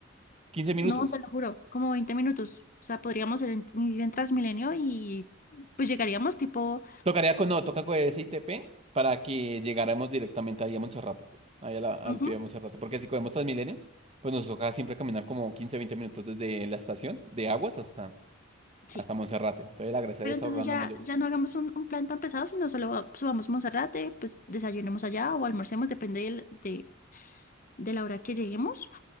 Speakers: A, on the right (about 30°); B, on the left (about 45°).
A: quince minutos.
B: No, te lo juro, como 20 minutos. O sea, podríamos ir en, ir en Transmilenio y pues llegaríamos tipo
A: Tocaría con, no, toca con ese ITP para que llegáramos directamente ahí a Monserrate, ahí a la- al
B: Ujú,
A: pie de Monserrate. Porque si cogemos Transmilenio, pues nos toca siempre caminar como 15, 20 minutos desde la estación de Aguas hasta,
B: sí.
A: hasta Monserrate. Entonces la gracia
B: Pero
A: es
B: entonces
A: ahorrando
B: ya,
A: en mayor.
B: ya no hagamos un, un plan tan pesado, sino solo subamos a Monserrate, pues desayunemos allá o almorcemos, depende del- de, de la hora que lleguemos.